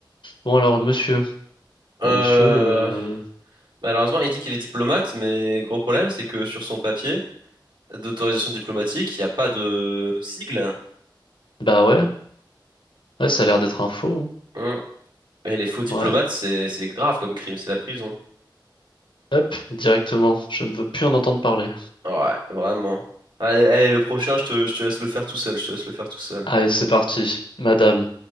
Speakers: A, on the left; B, on the right.
A: Bon, alors, monsieur.
B: Euh,
A: Bon, monsieur, euh,
B: malheureusement, il dit qu'il est diplomate, mais gros problème, c'est que sur son papier d'autorisation diplomatique, il n'y a pas de sigle.
A: bah ouais. Ouais, ça a l'air d'être un faux,
B: Hum. Et les faux diplomates,
A: hein. Ouais.
B: c'est c'est grave comme crime, c'est la prison.
A: Hop, directement. Je ne veux plus en entendre parler.
B: Ouais, vraiment. Allez, allez, le prochain, je te, je te laisse le faire tout seul, je te laisse le faire tout seul.
A: Allez, c'est parti. Madame.